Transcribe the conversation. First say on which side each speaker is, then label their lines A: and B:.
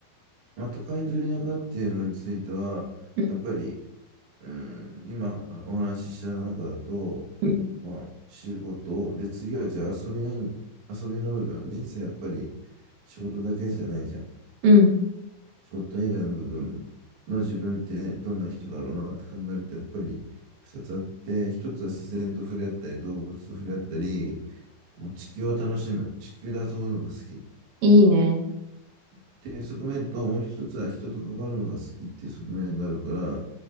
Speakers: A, on the right; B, on the right.
A: まあ、都会の田舎っていうのについては、
B: うん。
A: やっぱり、うん、今お話しした中だと、
B: うん。
A: まあ、仕事、で、次はじゃあ遊びなに遊びの部分、人生やっぱり仕事だけじゃないじゃん。
B: うん
A: 仕事以外の部分の自分ってどんな人だろうなって考えると、やっぱり2つあって、一つは自然と触れ合ったり、動物と触れ合ったり、こう地球を楽しむ、地球で遊ぶのが好き。
B: いいね。
A: っていう側面と、もう一つは人と関わるのが好きっていう側面があるから、